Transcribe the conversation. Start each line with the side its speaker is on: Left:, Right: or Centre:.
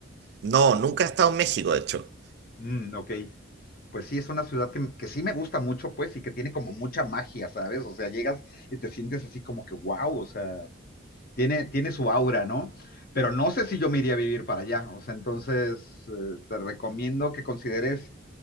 Right: No, nunca he estado en México, de hecho.
Left: Mm, ok. Pues sí, es una ciudad que, que sí me gusta mucho, pues, y que tiene como mucha magia, ¿sabes? O sea, llegas y te sientes así como que wow, o sea. tiene, tiene su aura, ¿no? Pero no sé si yo me iría a vivir para allá. O sea, entonces eh, te recomiendo que consideres